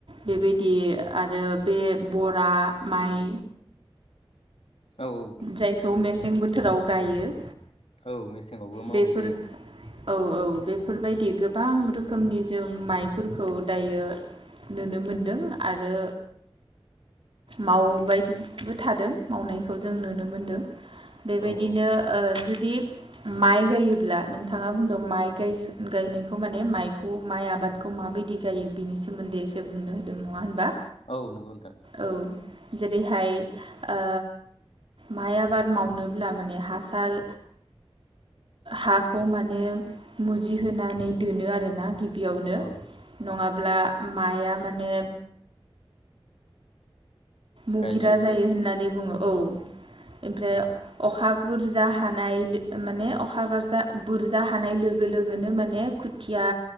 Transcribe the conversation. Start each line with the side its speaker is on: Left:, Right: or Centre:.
Right: बेबायदि आरो बे बरा माइ।
Left: औ औ
Right: जायखौ मेसें सें बोथोराव गायो।
Left: औ मेसेङावबो मावनाय
Right: बेफोर
Left: जायो।
Right: औ औ बेफोरबायदि गोबां रोखोमनि जों माइफोरखौ दायो नुनो मोनदों आरो मावबायबो थादों मावनायखौ जों नुनो मोनदों। बेबायदिनो
Left: औ औ
Right: ओ जुदि माइ गायोब्ला नोंथाङा बुंदों माइ गायनायखौ माने माइखौ माइ आबादखौ माबायदि गायो बिनि सोमोन्दै एसे बुंनो होदों नङा होनबा।
Left: औ नोंगौ नथां।
Right: औ जेरैहाय ओ माइ आबाद मावनोब्ला माने हासार हाखौ माने मुजिहोनानै दोनो आरोना। गिबियावनो
Left: औ
Right: नङा अब्ला माइआ माने मुगिरा
Left: गायनायाव एसे
Right: जायो होननानै बुङो औ। ओमफ्राय अखा बुरजा हानाय माने अखा बाजा बुरजा हानाय लोगो लोगोनो माने खुथिया